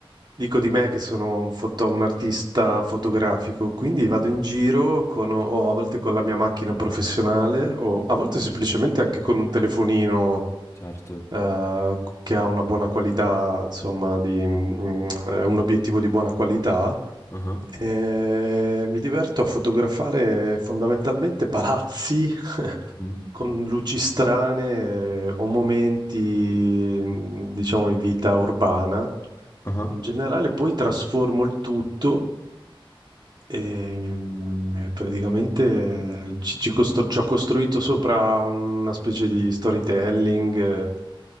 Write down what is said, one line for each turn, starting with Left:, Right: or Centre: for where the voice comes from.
Right: dico di me che sono un, foto- un artista fotografico,
Left: Ah,
Right: quindi vado in giro con, o a volte con la mia macchina professionale,
Left: ah,
Right: o a volte semplicemente anche con un telefonino,
Left: certo.
Right: eh, che ha una buona qualità, insomma, di, mm, eh, un obiettivo di buona qualità.
Left: Ah,
Right: Eh, mi diverto a fotografare fondamentalmente palazzi <laughs>
Left: mhm,
Right: con luci strane eh, o momenti, mh, diciamo, di vita urbana.
Left: ah.
Right: In generale poi trasformo il tutto ehm, e mh, praticamente eh, ci, ci costru- ci ho costruito sopra una specie di storytelling. eh,